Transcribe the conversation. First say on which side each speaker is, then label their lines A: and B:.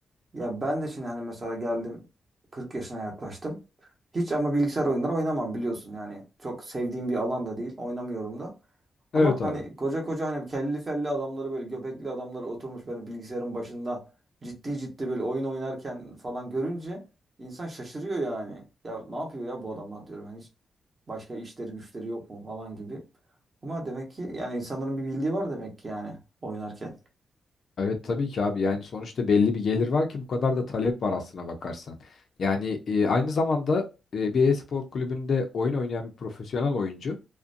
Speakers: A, on the right (about 25°); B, on the left (about 50°).
A: Ya ben de şimdi hani mesela geldim 40 yaşına yaklaştım. Hiç ama bilgisayar oyunları oynamam biliyorsun yani. Çok sevdiğim bir alan da değil. Oynamıyorum da. Ama
B: Evet
A: hani
B: abi.
A: koca koca hani kelli felli adamları böyle göbekli adamları oturmuş böyle bilgisayarın başında ciddi ciddi böyle oyun oynarken falan görünce insan şaşırıyor yani. Ya ne yapıyor ya bu adamlar diyorum. Hani hiç başka işleri güçleri yok mu falan gibi. Ama demek ki yani insanların bir bildiği var demek ki yani oynarken.
B: Evet tabii ki abi yani sonuçta belli bir gelir var ki bu kadar da talep var aslına bakarsan. Yani e, aynı zamanda e, bir e-spor kulübünde oyun oynayan bir profesyonel oyuncu